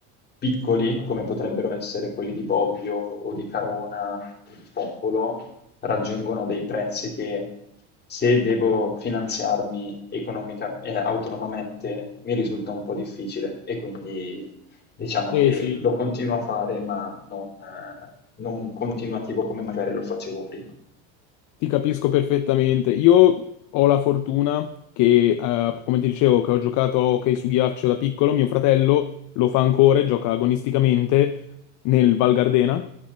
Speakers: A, on the left; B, on the left.
A: piccoli, come potrebbero essere quelli di Bobbio o di Carona o di Popolo, raggiungono dei prezzi che se devo finanziarmi economica- eh, autonomamente mi risulta un po' difficile e quindi diciamo
B: Eh
A: che
B: sì,
A: lo continuo a fare, ma non, eh, non continuativo come magari lo facevo prima.
B: ti capisco perfettamente. Io ho la fortuna che, eh, come ti dicevo, che ho giocato a hockey su ghiaccio da piccolo, mio fratello lo fa ancora e gioca agonisticamente nel Val Gardena